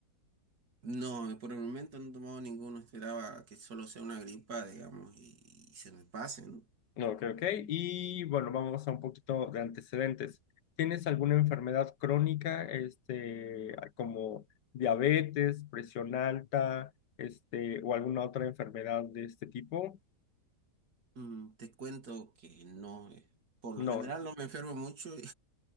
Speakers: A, on the right; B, on the left.
A: No, por el momento no he tomado ninguno, esperaba que solo sea una gripa, digamos, y, y se me pase, ¿no?
B: No, Ok, ok. Y bueno, vamos a un poquito de antecedentes. ¿Tienes alguna enfermedad crónica, este, como diabetes, presión alta, este, o alguna otra enfermedad de este tipo?
A: Mm, te cuento que no, eh, por
B: No.
A: lo general no me enfermo mucho. <laughs> y